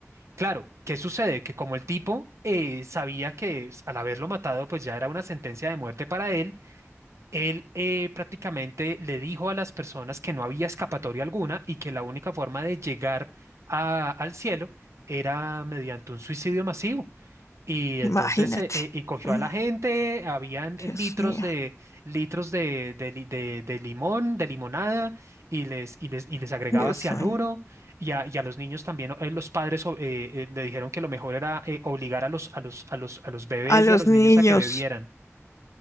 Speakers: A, on the right; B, on the left.
A: Claro, ¿qué sucede? Que como el tipo eh, sabía que s- al haberlo matado, pues ya era una sentencia de muerte para él él eh, prácticamente le dijo a las personas que no había escapatoria alguna y que la única forma de llegar a- al cielo era mediante un suicidio masivo. Y entonces
B: Imagínate.
A: eh, eh, y cogió
B: No,
A: a la gente, habían litros
B: Dios mío,
A: de litros de, de, li- de- de limón, de limonada, y les, y les, y les agregaba
B: Dios
A: cianuro,
B: mío.
A: y a, y a los niños también, eh, los padres o- eh, eh, le dijeron que lo mejor era eh, obligar a los, a los, a los, a los bebés
B: A los
A: y a los
B: niños.
A: niños a que bebieran.